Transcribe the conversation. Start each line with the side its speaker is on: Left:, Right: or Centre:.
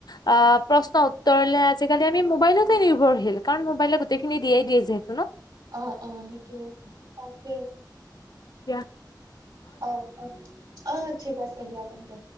Left: টা প্ৰশ্ন উত্তৰলে আজিকালি আমি মোবাইলতে নিৰ্ভৰশীল। কাৰণ মোবাইলে গোটেইখিনি দিয়েই দি যিহেতু ন?
Right: অ, অ। সেইটোৱে। তাকে।
Left: কিয়া
Right: অ-অ-আহ। ঠিক আছে দিয়া তেন্তে।